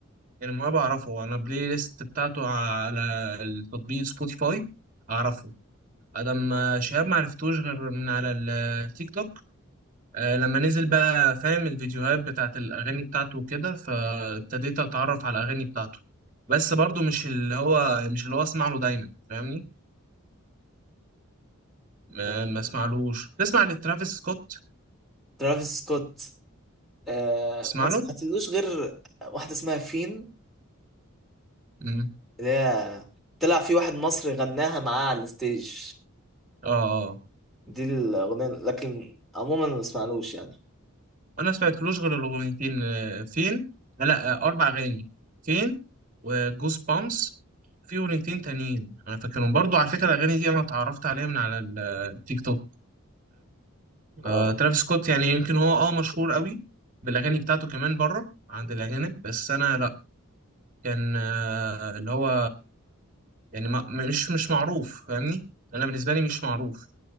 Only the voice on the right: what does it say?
يعني مهاب اعرفه انا بلاي ليست بتاعته على التطبيق سبوتيفاي اعرفه أنا ما شهاب معرفتوش غير من على التيك توك آه، لما نزل بقى فاهم الفيديوهات بتاعت الأغاني بتاعته وكده فابتديت أتعرف على الأغاني بتاعته بس برضو مش اللي هو مش اللي هو أسمع له دايما فاهمني ما,
ما أسمعلوش تسمع لترافيس سكوت
تسمع
له؟
مم.
آه آه
أنا ما سمعتلوش غير الأغنيتين آه، فين؟ آه، لا آه، أربع أغاني فين وجوز بامس في أغنيتين تانيين أنا فاكرهم برضو على فكرة الأغاني دي أنا اتعرفت عليها من على التيك توك
آه، ترافيس سكوت يعني يمكن هو اه مشهور قوي بالاغاني بتاعته كمان بره عند الاجانب بس انا لا كان آه اللي هو يعني ما مش مش معروف فاهمني انا بالنسبه لي مش معروف